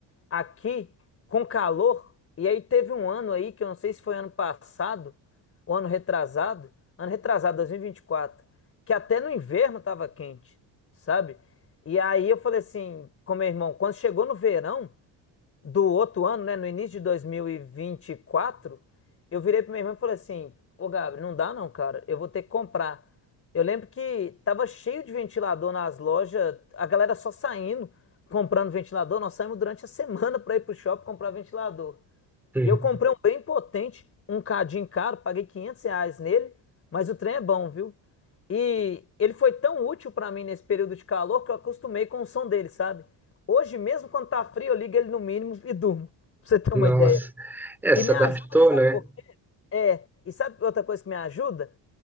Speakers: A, on the left (about 35°); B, in the centre.
A: aqui com calor, e aí teve um ano aí, que eu não sei se foi ano passado, ou ano retrasado, ano retrasado, 2024, que até no inverno tava quente, sabe? E aí eu falei assim com meu irmão, quando chegou no verão, do outro ano, né, no início de 2024, eu virei para minha irmão e falei assim: Ô Gabriel, não dá não, cara, eu vou ter que comprar. Eu lembro que tava cheio de ventilador nas lojas, a galera só saindo, comprando ventilador. Nós saímos durante a semana para ir pro shopping comprar ventilador.
B: hum,
A: E eu comprei um bem potente, um cadinho caro, paguei 500 reais nele, mas o trem é bom, viu? E ele foi tão útil pra mim nesse período de calor que eu acostumei com o som dele, sabe? Hoje, mesmo quando tá frio, eu ligo ele no mínimo e durmo, pra você ter
B: nossa.
A: uma ideia.
B: É,
A: E
B: se
A: me
B: adaptou,
A: ajuda, sabe
B: né?
A: por quê? E sabe outra coisa que me ajuda?